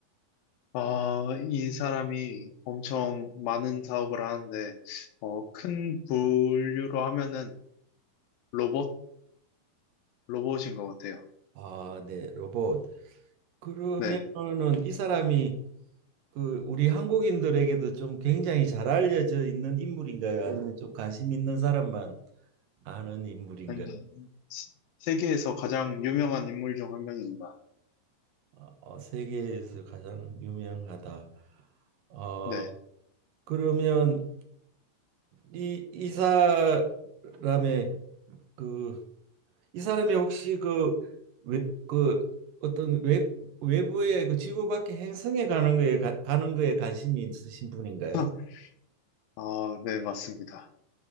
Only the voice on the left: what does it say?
아, 이 사람이 엄청 많은 사업을 하는데, 어, 큰 분류로 하면은 로봇, 로봇인 것 같아요.
네.
아니, 시- 세계에서 가장 유명한 인물 중 한 명입니다.
네.
<laughs> 아, 네, 맞습니다.